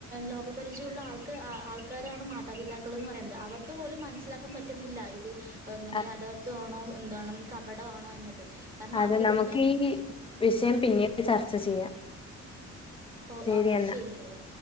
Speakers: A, on the right; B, on the left.
A: ലോകപരിചയമുള്ള ആൾക്ക് ആൾക്കാരാണ് മാതാപിതാക്കൾ എന്ന് പറയുന്നത് അവർക്ക് പോലും മനസ്സിലാക്കാൻ പറ്റുന്നില്ല ഇത് എന്താണ്
B: അ
A: യാഥാർത്ഥ്യമാണോ എന്താണ് കപടമാണോ എന്നത് കാരണം
B: അതെ
A: അവര്
B: നമുക്ക്
A: തന്നെ
B: ഈ വിഷയം പിന്നീട് ചർച്ച ചെയ്യാം
A: ഓ
B: ശരി
A: ആഹ്
B: എന്നാ.
A: ശരില്ലയ്യ